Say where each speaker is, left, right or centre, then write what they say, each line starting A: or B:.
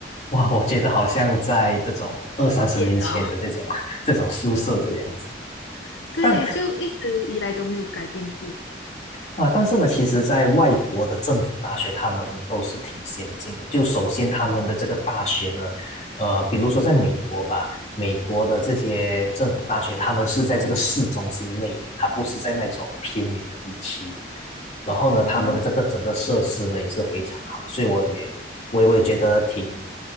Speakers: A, on the left; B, on the left.
A: 哇，我觉得好像在这种二三十年前的这种
B: 煎熬。
A: <laughs> 这种宿舍这样子。
B: <laughs> 对，
A: 但
B: 就一直以来都没有改变过。
A: 啊，但是呢，其实，在外国的政府大学，他们都是挺先进的。就首先，他们的这个大学呢，呃，比如说在美国吧，美国的这些政府大学，他们是在这个市中心内的，它不是在那种偏远的地区。然后呢，
B: 嗯。
A: 他们的这个整个设施呢也是非常好，所以我也我也我也觉得挺